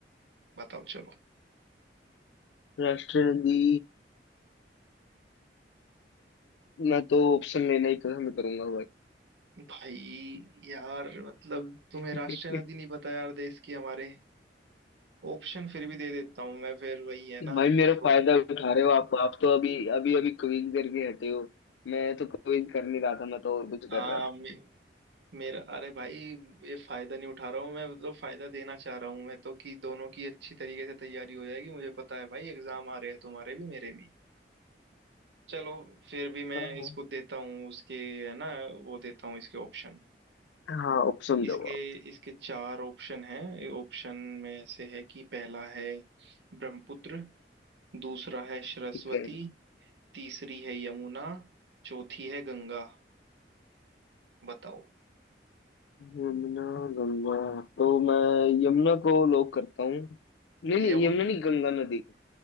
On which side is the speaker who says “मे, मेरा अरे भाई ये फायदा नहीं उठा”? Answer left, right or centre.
Right